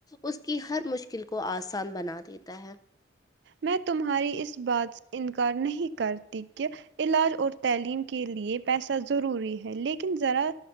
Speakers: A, on the left (about 20°); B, on the right (about 60°).
A: اس کی ہر مشکل کو آسان بنا دیتا ہے
B: میں تمہاری اس بات سے انکار نہیں کرتی کہ علاج اور تعلیم کے لیے پیسہ ضروری ہے لیکن ذرا